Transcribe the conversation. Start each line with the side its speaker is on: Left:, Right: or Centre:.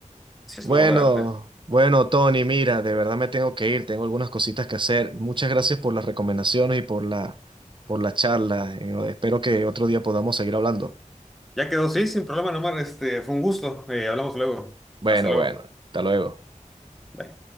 Centre: sí,
Right: Bueno,
Centre: es una obra de arte.
Right: bueno, Tony, mira, de verdad me tengo que ir, tengo algunas cositas que hacer. Muchas gracias por las recomendaciones y por la, por la charla. eh, Espero que otro día podamos seguir hablando.
Centre: Ya quedó, sí, sin problema, nomás, este, fue un gusto. Eh, hablamos luego.
Right: Bueno,
Centre: Hasta luego.
Right: bueno, hasta luego.
Centre: Bye.